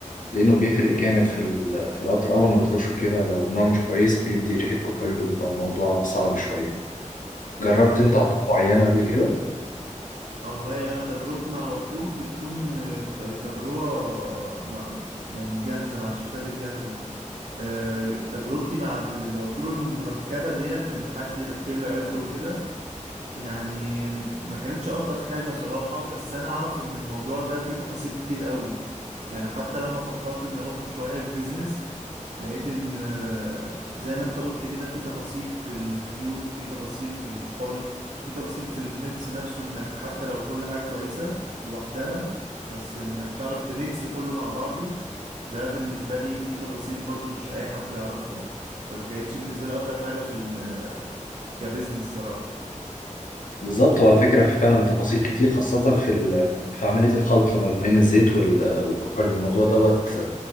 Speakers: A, on the left; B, on the right.
A: لانه بيفرق جامد في ال- في العطر اول ما بترشه كده لو النوع مش كويس بيدي ريحه كحول بيبقى الموضوع صعب شويه جربت
B: اوكي.
A: انت عطور معينه قبل كده
B: آه والله انا تجربتي مع العطور بتكون آه، ت- تجربه مع يعني جاهزه مع الشركات الجاهزه آه، تجربتي مع العطور المركبه ديت ان حد يركب لي عطر وكده يعني ما كانتش ألطف حاجة صراحة بس أنا أعرف إن الموضوع ده فيه تفاصيل كتير قوي يعني حتى لما فكرت إن أروحه شوية في بيزنس لقيت إن آه، زي ما أنت قلت كده في تفاصيل في الزيوت في تفاصيل في الكحول في تفاصيل في الميكس نفسه إنك حتى لو كل حاجة كويسة لوحدها بس إنك تعرف تميكس كله مع بعضه ده بالنسبة لي فيه تفاصيل برضو مش أي حد يعرفها فما كانتش بالنسبة لي أفضل حاجة في ال آه، كبزنس صراحة
A: بالظبط وعلى فكره في فعلا تفاصيل كتير خاصه في ال... في عمليه الخلط ما بين الزيت وال... والكحول الموضوع دوت